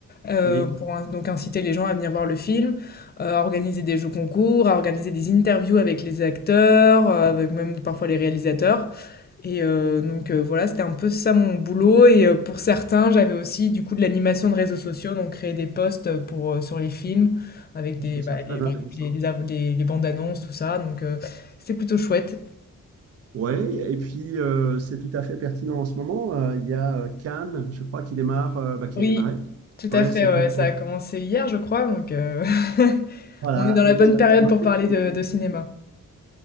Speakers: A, on the left (about 30°); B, on the right (about 50°).
A: euh,
B: oui.
A: pour in- donc inciter les gens à venir voir le film, euh, à organiser des jeux concours, à organiser des interviews avec les acteurs, euh, avec même parfois les réalisateurs. Et heu, donc heu, voilà, c'était un peu ça mon boulot et heu, pour certains, j'avais aussi du coup de l'animation de réseaux sociaux, donc créer des posts, pour, heu, sur les films avec
B: Je
A: des,
B: trouve ça
A: bah,
B: très
A: les par
B: intéressant.
A: exemple les les av les les bandes annonces, tout ça, donc heu, c'était plutôt chouette.
B: Oui, et puis euh, c'est tout à fait pertinent en ce moment. Euh, il y a euh, Cannes, je crois, qui démarre, euh, bah, qui
A: Oui,
B: a démarré.
A: tout
B: Oui,
A: à fait,
B: c'est exactement
A: ouais, ça a
B: ça.
A: commencé hier, je crois, donc heu, <laughs>
B: Voilà,
A: on est dans la
B: donc
A: bonne
B: ça
A: période
B: a démarré.
A: pour parler de de cinéma.